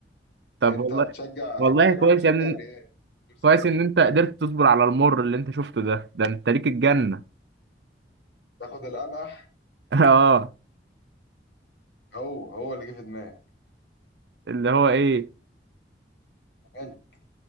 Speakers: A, on the right; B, on the left.
A: طب
B: انت
A: والله
B: بتشجع
A: والله
B: شكلك
A: كويس
B: بتشجع
A: يا ابني
B: الريال غير سؤال
A: كويس ان انت قدرت تصبر على المر اللي انت شفته ده ده انت ليك الجنه
B: تاخد الانقح
A: <laughs> اه
B: هو هو اللي جه في دماغي
A: اللي هو ايه
B: الزمالك